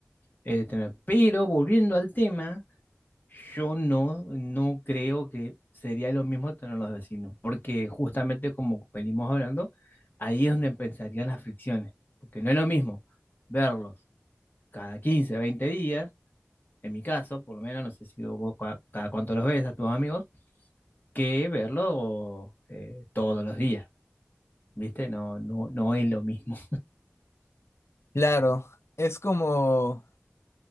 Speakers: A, on the left; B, on the left.
A: eh, tener. Pero volviendo al tema, yo no, no creo que sería lo mismo tener los vecinos, porque justamente como venimos hablando, ahí es donde empezarían las fricciones, porque no es lo mismo verlos cada quince veinte días, en mi caso, por lo menos, no sé si vos cua- cada cuánto los ves a tus amigos, que verlos eh, todos los días, ¿viste? No, no, no es lo mismo.
B: Claro, es como,